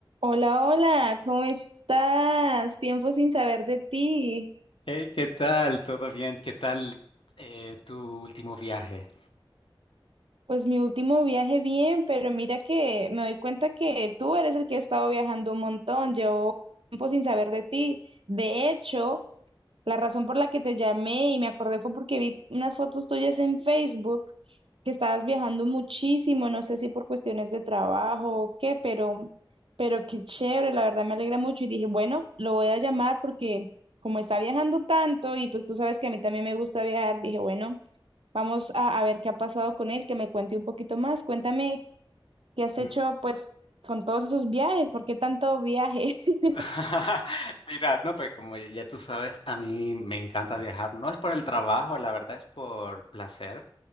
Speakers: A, on the right; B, on the left.
A: Hola, hola, ¿cómo estás? Tiempo sin saber de ti.
B: Hey, ¿qué tal? ¿Todo bien? ¿Qué tal eh, tu último viaje?
A: Pues mi último viaje bien, pero mira que me doy cuenta que tú eres el que ha estado viajando un montón. Llevo tiempo sin saber de ti. De hecho, La razón por la que te llamé y me acordé fue porque vi unas fotos tuyas en Facebook que estabas viajando muchísimo, no sé si por cuestiones de trabajo o qué, pero, pero qué chévere, la verdad me alegra mucho y dije, bueno, lo voy a llamar porque como está viajando tanto y pues tú sabes que a mí también me gusta viajar, dije, bueno, vamos a, a ver qué ha pasado con él, que me cuente un poquito más. Cuéntame qué has
B: No-
A: hecho pues con todos esos viajes, ¿por qué tanto viaje? <laughs>
B: <laughs> Mira, no, pues como ya ya tú sabes, a mí me encanta viajar. No es por el trabajo, la verdad es por placer.